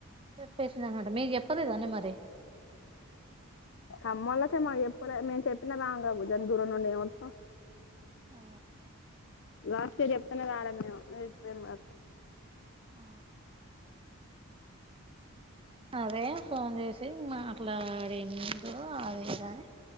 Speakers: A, on the right; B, on the left.
A: చెప్పేస్ మీకు జెప్పలేదా <unintelligible> మరే
B: అమ్మోళ్ల కే మాక్ జెప్పలే మేం చెప్పినా రాంగా <inaudible> దూరం నుండి ఏమత్తాం
A: ఆ
B: ఫస్ట్ జెప్తేనే రాలే మేం ఇప్పుడేం <unintelligible>
A: ఆ అదే ఫోన్ చేసి మాట్లాడిండు అదిదని